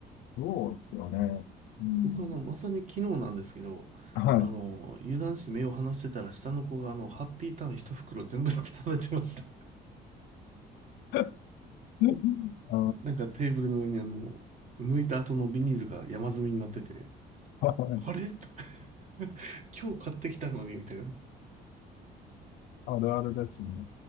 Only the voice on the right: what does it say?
僕はあの、まさに昨日なんですけど、
あの、油断して目を離してたら下の子があの、ハッピーターン一袋全部 <laughs> 食べてました。
なんかテーブルの上にあの、剥いた後のビニールが山積みになってて、
あれと <laughs> 今日買ってきたのに、みたいな。